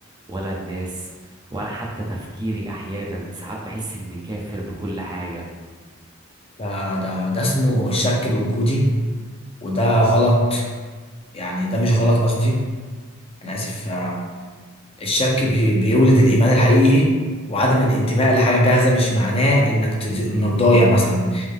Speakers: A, on the right; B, on the left.
A: ولا الناس ولا حتى تفكيري احيانا ساعات بحس اني كافر بكل حاجة
B: ده ده ده اسمه الشك الوجودي وده غلط يعني ده مش غلط قصدي أنا آسف آه، الشك بي- بيولد الإيمان الحقيقي وعدم الانتماء لحاجة جاهزة مش معناه إنك تد... إنك ضايع مثلا